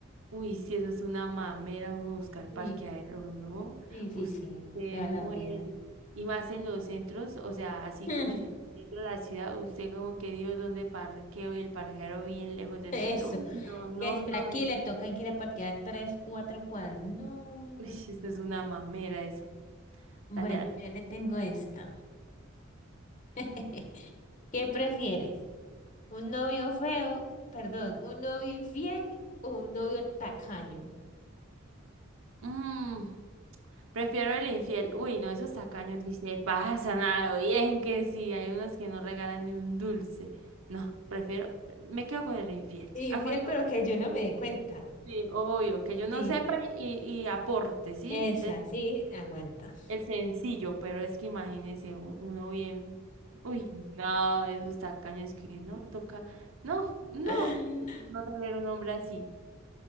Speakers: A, on the right (about 80°); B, on the left (about 40°).
A: Uy, si eso es una mamera, uno buscar
B: Sí,
A: parqueadero, ¿no?
B: sí, sí,
A: Usted
B: sí, toda la
A: muere.
B: vida.
A: Y más en los centros, o sea, así
B: <laughs>
A: como en el centro de la ciudad, usted como que Dios, ¿dónde parqueo? Y el parqueadero bien lejos del
B: Eso.
A: centro. Uy, no, no,
B: Que está
A: no,
B: aquí,
A: no.
B: le toca que ir a parquear tres, cuatro cuadros. No, no.
A: Uy, eso es
B: no.
A: una mamera eso.
B: Bueno,
A: Dale, dale.
B: yo le tengo esta. <laughs> ¿Qué prefieres? ¿Un novio feo? Perdón, ¿un novio infiel o un novio tacaño?
A: Mm, prefiero el infiel. Uy, no, esos tacaños sí se pasan a lo bien que sí. Hay unos que no regalan ni un dulce. No, prefiero, me quedo con el infiel.
B: Infiel,
A: Aguanto
B: pero
A: acá.
B: que yo no me dé cuenta.
A: Sí, obvio, que yo no
B: Sí,
A: sepa y, y- y aporte, ¿sí?
B: esa,
A: De-
B: sí, aguanta.
A: el sencillo, pero es que imagínese u- uno bien. Uy, no, esos tacaños que no toca. No, no,
B: <laughs>
A: no tolero un hombre así.